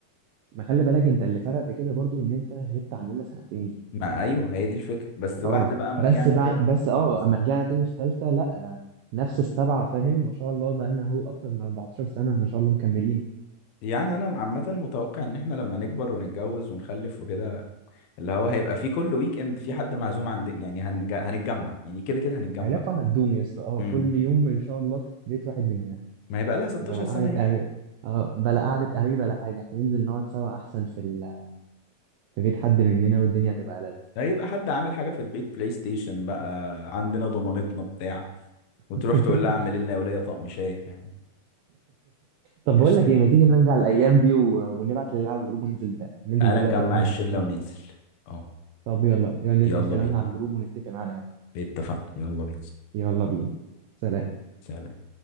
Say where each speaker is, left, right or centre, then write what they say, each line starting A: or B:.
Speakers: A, on the right; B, on the left.
A: ما خلي بالك انت اللي فرق في كده برضو ان انت غبت عننا سنتين
B: ما ايوه هي دي الفكره بس بعد
A: اه
B: بقى ما
A: بس
B: رجعنا
A: بعد
B: تاني
A: بس اه
B: بالظبط
A: اما رجعنا تاني في تالتة لا نفس السبعة فاهم ما شاء الله بقى لنا هو اكتر من 14 سنة ما شاء الله مكملين
B: يعني انا عامه متوقع ان احنا لما نكبر ونتجوز ونخلف وكده اللي هو هيبقى في كل ويك اند في حد معزوم عند يعني هنج... هنتجمع يعني كده كده هنتجمع
A: علاقة هتدوم يا اسطى اه
B: امم
A: كل يوم ان شاء الله في بيت واحد مننا
B: ما هيبقى لها 16
A: بلا
B: سنه
A: قعدة
B: اهي
A: قهوة اه بلا قعدة قهوة بلا حاجة احنا ننزل نقعد سوا احسن في ال... في بيت حد مننا والدنيا هتبقى ألذ
B: هيبقى حد عامل حاجه في البيت بلاي ستيشن بقى عندنا ضمانتنا بتاع وتروح
A: <laughs>
B: تقول لها اعمل لنا يا وليه طقم شاي فاهم
A: طب
B: قشطه
A: بقول لك ايه
B: يعني.
A: ما تيجي نرجع الايام دي و... ونبعت للعيال على الجروب وننزل ده. ننزل
B: تعال
A: دلوقتي
B: نجمع
A: او ننزل
B: الشلة
A: بكره نقعد
B: وننزل
A: سوا
B: اه
A: طب يلا يلا ننقل
B: يلا
A: كلامنا
B: بينا
A: على الجروب ونتفق معانا يعني
B: اتفقنا يلا بينا
A: يلا بينا سلام
B: سلام